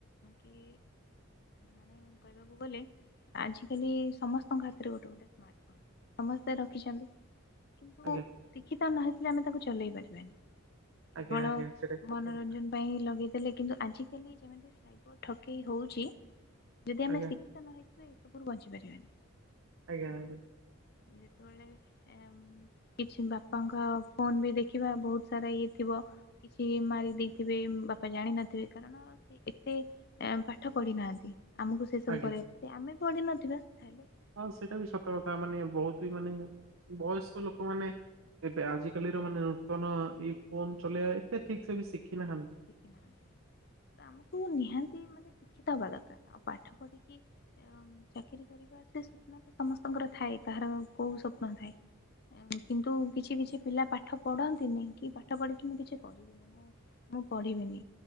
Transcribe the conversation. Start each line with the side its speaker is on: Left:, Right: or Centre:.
Left: କି ମାନେ କହିବାକୁ ଗଲେ ଆଜି <unintelligible> ସମସ୍ତଙ୍କ ହାତରେ ଗୋଟେ ଗୋଟେ ସ୍ମାର୍ଟ ଫୋନ୍ ସମସ୍ତେ ରଖିଛନ୍ତି କିନ୍ତୁ
Right: ଆଜ୍ଞା
Left: ଶିକ୍ଷିତ ନହେଇଥିଲେ ଆମେ ତାକୁ ଚଲେଇ ପାରିବାନି
Right: ଆଜ୍ଞା
Left: କେବଳ
Right: ଆଜ୍ଞା ସେଟା ସତ
Left: ମନୋରଞ୍ଜନ
Right: କଥା
Left: ପାଇଁ ଲଗେଇ ଦେଲେ କିନ୍ତୁ ଆଜିିକାଲି ଯେମତି ସାଇବ ଠକେଇ ହଉଛି ଯଦି ଆମେ
Right: ଆଜ୍ଞା
Left: ଶି କ୍ଷିତା ନ ହେଇଥିଲେ ଏସବୁରୁ ବଞ୍ଚିପାରିବାନି।
Right: ଆଜ୍ଞା ଆଜ୍ଞା।
Left: ଯେତେବେଳେ ଏ କିଛି ବାପାଙ୍କ ଫୋନ୍ ବି ଦେଖିବା ବହୁତ ସାରା ଇଏ ଥିବ କିଛି ମାରି ଦେଇଥିବେ, ବାପା ଜାଣିିନଥିବେ କାରଣ ସେ ଏତେ ପାଠ ପଢ଼ି ନାହାନ୍ତି। ଆମକୁ ସେ ସବୁ
Right: ଆଜ୍ଞା।
Left: କରିବା, ଆମେ ପଢ଼ିନଥିବା ତାହେଲେ
Right: ହଁ ସେଇଟା ବି ସତ କଥା ମାନେ ବହୁତ ବି ମାନେ ବୟସ୍କ ଲୋକମାନେ ଏବେ ଆଜିକାଲିର ମାନେ ନୂତନ ଏଇ ଫୋନ୍ ଚଲେଇବା ଏତେ ଠିକ୍ ସେ ବି ଶିଖି ନାହାନ୍ତି।
Left: ଶିଖିନାହାନ୍ତି ତ ଆମକୁ ନିହାତି ମାନେ ଶିକ୍ଷିତ ହବା ଦରକାର, ଆଉ ପାଠ ପଢ଼ିକି ଏବଂ ଚାକିରୀ କରିବା ସେ ସ୍ୱପ୍ନ ତ ସମସ୍ତଙ୍କର ଥାଏ କାହାର କୋଉ ସ୍ୱପ୍ନ ଥାଏ କିନ୍ତୁ କିଛି କିଛି ପିଲା ପାଠ ପଢ଼ନ୍ତିନି କି ପାଠ ପଢ଼ିକି ମୁ କିଛି କରିବିନି ମୁଁ ମୁଁ ପଢିବିନି